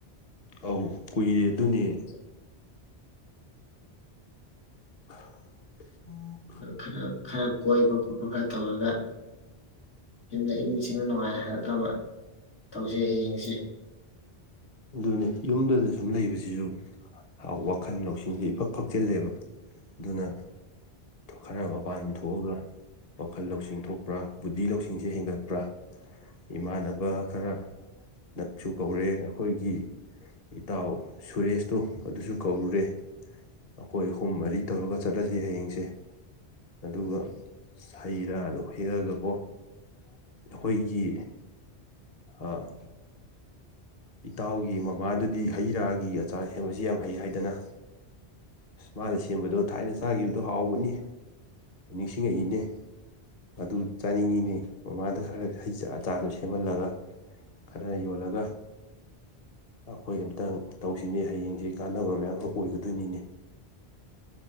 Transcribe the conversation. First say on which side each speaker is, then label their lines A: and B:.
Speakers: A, on the left (about 35°); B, on the left (about 80°).
A: ꯑꯧ ꯀꯨꯏꯔꯦ ꯑꯗꯨꯅꯦ ꯑ <inaudible>
B: ꯈꯔ ꯈꯔ ꯀꯣꯏꯕ ꯈꯣꯠꯄ ꯈꯔ ꯇꯧꯔꯒ ꯌꯨꯝꯗ ꯏꯪꯅ ꯆꯤꯛꯅ ꯅꯨꯡꯉꯥꯏꯅ ꯍꯜꯂꯛꯅꯕ ꯇꯧꯁꯤ ꯍꯌꯦꯡꯁꯤꯦ
A: ꯑꯗꯨꯅꯦ ꯌꯨꯝꯗꯗ ꯁꯨꯝ ꯂꯩꯕꯁꯤꯁꯨ ꯋꯥꯈꯜ ꯂꯧꯁꯤꯡꯁꯦ ꯏꯐꯛ ꯐꯛꯆꯤꯜꯂꯦꯕ ꯑꯗꯨꯅ ꯈꯔ ꯃꯄꯥꯟ ꯊꯣꯛꯑꯒ ꯄꯥꯈꯜ ꯂꯧꯁꯤꯡ ꯊꯣꯛꯄ꯭ꯔꯥ ꯕꯨꯙꯤ ꯂꯧꯁꯤꯡꯁꯦ ꯍꯦꯟꯒꯠꯄ꯭ꯔꯥ ꯏꯃꯥꯟꯅꯕ ꯈꯔ ꯅꯪꯁꯨ ꯀꯧꯔꯦ ꯑꯩꯈꯣꯏꯒꯤ ꯏꯇꯥꯎ ꯁꯨꯔꯦꯁꯇꯣ ꯑꯗꯨꯁꯨ ꯀꯧꯔꯨꯔꯦ ꯑꯩꯈꯣꯏ ꯑꯍꯨꯝ ꯃꯔꯤ ꯇꯧꯔꯒ ꯆꯠꯂꯁꯤ ꯍꯌꯦꯡꯁꯦ ꯑꯗꯨꯒ ꯍꯩ ꯔꯥꯗ ꯍꯦꯛꯑꯒꯀꯣ ꯑꯩꯈꯣꯏꯒꯤ ꯑ ꯏꯇꯥꯎꯒꯤ ꯃꯃꯥꯗꯨꯗꯤ ꯍꯩ ꯔꯥꯒꯤ ꯑꯆꯥꯔ ꯁꯦꯝꯕꯁꯤ ꯌꯥꯝ ꯍꯩ ꯍꯥꯏꯗꯅ ꯑꯁ ꯃꯥꯅ ꯁꯦꯝꯕꯗꯣ ꯊꯥꯏꯅ ꯆꯥꯈꯤꯕꯗꯣ ꯍꯥꯎꯕꯅꯤ ꯅꯤꯡꯁꯤꯡꯉꯛꯏꯅꯦ ꯑꯗꯨ ꯆꯥꯅꯤꯡꯉꯤꯅꯦ ꯃꯃꯥꯗ ꯈꯔ ꯈꯔ ꯍꯩꯆꯥꯥꯆꯥꯗꯣ ꯁꯦꯝꯍꯜꯂꯒ ꯈꯔꯅ ꯌꯣꯜꯂꯒ ꯑꯩꯈꯣꯏ ꯑꯝꯇꯪ ꯇꯧꯁꯤꯅꯦ ꯍꯌꯦꯡꯁꯤ ꯀꯥꯟꯅꯕ ꯃꯌꯥꯝ ꯑꯣꯏꯒꯗꯣꯏꯅꯤꯅꯦ